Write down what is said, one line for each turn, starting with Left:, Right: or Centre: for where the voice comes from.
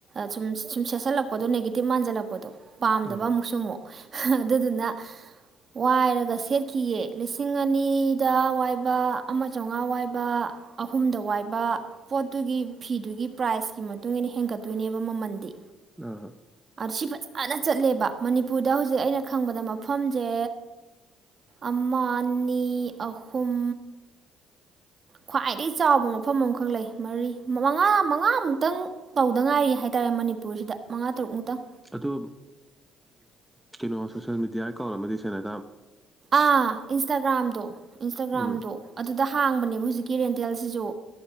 Right: ꯁꯨꯝ ꯁꯨꯝ ꯁꯦꯠꯆꯜꯂꯛꯄꯗꯣ ꯅꯦꯒꯦꯇꯤꯞ ꯃꯥꯟꯖꯜꯂꯛꯄꯗꯣ ꯄꯥꯝꯗꯕ
Centre: ꯑꯥ
Right: ꯑꯃꯨꯛꯁꯨ ꯑꯃꯨꯛ ꯑꯗꯨꯗꯨꯅ ꯋꯥꯏꯔꯒ ꯁꯦꯠꯈꯤꯌꯦ ꯂꯤꯁꯤꯡ ꯑꯅꯤꯗ ꯋꯥꯏꯕ ꯑꯃ ꯆꯥꯝꯃꯉꯥ ꯋꯥꯏꯕ ꯑꯍꯨꯝꯗ ꯋꯥꯏꯕ ꯄꯣꯠꯇꯨꯒꯤ ꯐꯤꯗꯨꯒꯤ ꯄ꯭ꯔꯥꯏꯁꯀꯤ ꯃꯇꯨꯡ ꯏꯟꯅ ꯍꯦꯟꯒꯠꯇꯣꯏꯅꯦꯕ ꯃꯃꯟꯗꯤ
Centre: ꯑ <unintelligible>
Right: ꯁꯤ ꯐꯖꯅ ꯆꯠꯂꯦꯕ ꯃꯅꯤꯄꯨꯔꯗ ꯍꯧꯖꯤꯛ ꯑꯩꯅ ꯈꯪꯕꯗ ꯃꯐꯝꯁꯦ ꯑꯃ ꯑꯅꯤ ꯑꯍꯨꯝ ꯈ꯭ꯋꯥꯏꯗꯒꯤ ꯆꯥꯎꯕ ꯃꯐꯝ ꯑꯃꯈꯛ ꯂꯩ ꯃꯔꯤ ꯃꯉꯥ ꯃꯉꯥꯃꯨꯛꯇꯪ ꯇꯧꯗ ꯉꯥꯏꯔꯤ ꯍꯥꯏꯇꯥꯔꯦ ꯃꯅꯤꯄꯨꯔꯁꯤꯗ ꯃꯉꯥ ꯇꯔꯨꯛꯃꯨꯛꯇꯪ
Centre: ꯑꯗꯣ ꯀꯩꯅꯣ ꯁꯣꯁꯦꯜ ꯃꯦꯗꯤꯌꯥ ꯀꯥꯎꯜ ꯑꯃꯗꯤ ꯁꯦꯅ
Right: ꯑꯥ ꯏꯟꯁꯇꯥꯒ꯭ꯔꯥꯝꯗꯣ ꯏꯟꯁꯇꯥꯒ꯭ꯔꯥꯝꯗꯣ
Centre: ꯎꯝ
Right: ꯑꯗꯨꯗ ꯍꯥꯡꯕꯅꯦꯕ ꯍꯧꯖꯤꯛꯀꯤ ꯔꯦꯟ ꯍꯣꯇꯦꯜꯁꯤꯁꯨ